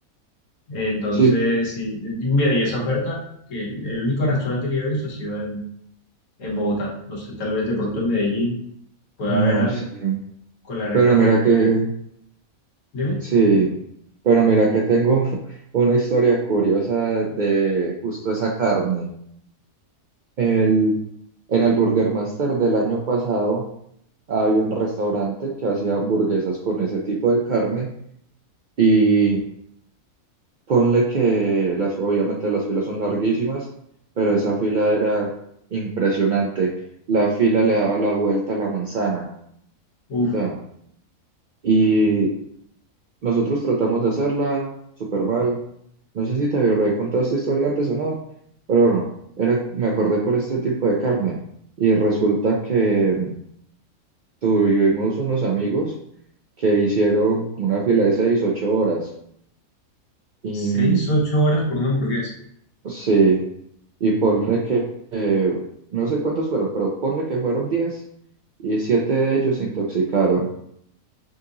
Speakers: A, on the left; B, on the right.
A: Entonces,
B: Sí,
A: sí, y mira, y esa oferta, que el, el único restaurante que yo he visto ha sido en, en Bogotá. No sé, tal vez de pronto
B: Sí.
A: en Medellín pueda
B: no
A: haber algo
B: sé.
A: con la gran
B: Pero
A: cantidad
B: mira que,
A: de... Dime,
B: sí, pero mira que tengo <laughs> una historia curiosa de justo esa carne. El, en el Burger Master del año pasado había un restaurante que hacía hamburguesas con ese tipo de carne y ponle que las, obviamente las filas son larguísimas, pero esa fila era impresionante. La fila le daba la vuelta a la manzana.
A: uf,
B: o sea, y nosotros tratamos de hacerla súper mal. No sé si te había contado esta historia antes o no, pero bueno, era, me acordé por este tipo de carne y resulta que Tuvimos unos amigos que hicieron como una fila de seis, ocho horas. Y
A: seis,
B: mm,
A: ocho horas por una hamburguesa.
B: sí, y ponle que, eh, no sé cuántos fueron, pero ponle que fueron 10 y siete de ellos se intoxicaron